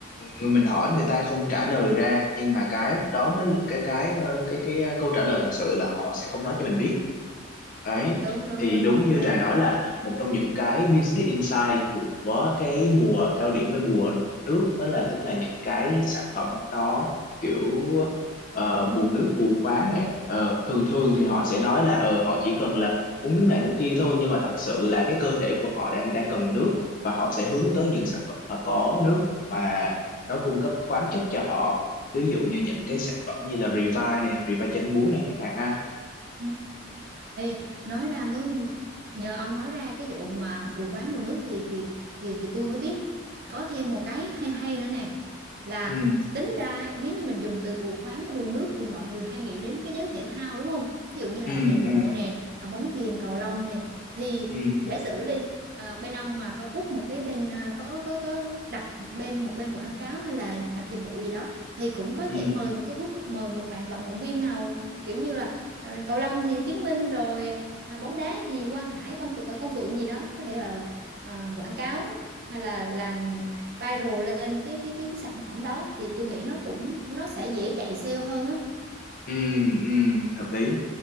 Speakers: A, on the left; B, on the right.
A: người mình hỏi người ta không trả lời ra nhưng mà cái đó mới là cái cái ờ, cái cái ờ, câu trả lời thật sự là họ sẽ không nói cho mình biết đấy
B: đúng đúng
A: thì
B: đúng
A: đúng
B: đúng
A: như
B: đúng.
A: Trà nói là một trong những cái business insight của cái mùa cao điểm với mùa nước đó là tức là những cái sản phẩm nó kiểu ờ, bù nước bù khoáng nè Ờ, thường thường
B: ừm,
A: thì họ sẽ nói là ờ họ chỉ cần là uống nước này nước kia thôi nhưng mà thật sự là cái cơ thể của họ đang đang cần nước và họ sẽ hướng tới những sản phẩm mà có nước và nó cung cấp khoáng chất cho họ ví dụ như những cái
B: ừm,
A: sản phẩm như là Revive này Revive chanh muối này chẳng hạn ha
B: ừm. Ê, nói ra mới nhờ ông nói ra cái vụ mà bù quán mùa nước thì thì thì thì tôi mới biết có thêm một cái hay hay nữa nè là
A: ừ
B: tính ra nếu như mình dùng từ bù khoáng bù nước thì mọi người hay nghĩ đến cái giới thể thao đúng không ví dụ như là
A: ừ
B: chạy bộ
A: ừ
B: nè à, bóng chuyền cầu lông nè thì
A: ừ
B: giả sử đi à, bên ông mà có book một cái bên à, có có có đặt bên một bên quảng cáo hay là đặt dịch vụ gì đó thì cũng có thể
A: ừ
B: mời một cái hút mời một bạn vận động viên nào kiểu như là Ờ, cầu lông thì Tiến Minh rồi à, bóng đá thì Quang Hải Văn Phượng, ờ, Công Phượng gì đó có thể là à, quảng cáo hay là làm viral lên cái cái cái, cái sản phẩm đó thì tôi nghĩ nó cũng nó sẽ dễ chạy sale hơn á
A: ừ ừ hợp lý